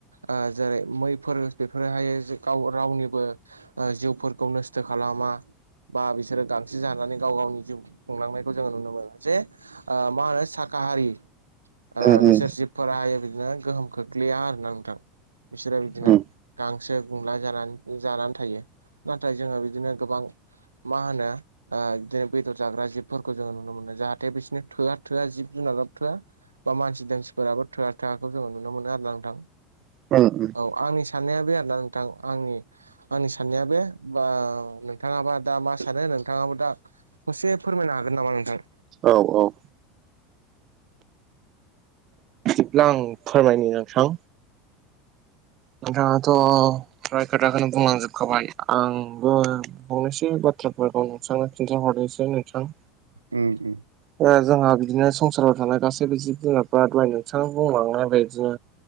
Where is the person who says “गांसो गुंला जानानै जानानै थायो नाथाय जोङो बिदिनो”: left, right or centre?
Right